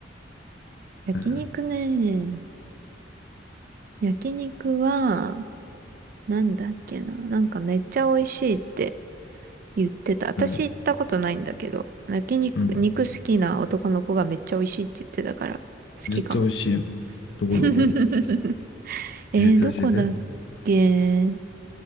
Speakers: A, on the right (about 50°); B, on the left (about 70°).
A: 焼肉ね。
B: うん。
A: 焼肉は、なんだっけな。なんかめっちゃ美味しいって言ってた。私行ったことないんだけど、
B: うん。
A: 焼肉、
B: うん。
A: 肉好きな男の子がめっちゃ美味しいって言ってたから、好きかも。
B: 絶対美味しいよ。どこどこ
A: <laughs> えー、
B: 絶対教えて。
A: どこだっ
B: 絶
A: け